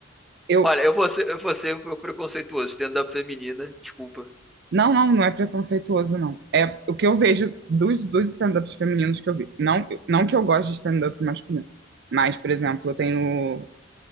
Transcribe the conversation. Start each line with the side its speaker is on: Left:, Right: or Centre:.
Right: Eu,
Centre: Olha, eu vou ser, eu vou ser um preconceituoso, stand-up feminina, desculpa.
Right: não, não, não é preconceituoso, não. É o que eu vejo dos, dos stand-ups femininos que eu vi. Não, eu- não que eu goste de stand-up masculino. Mas, por exemplo, eu tenho,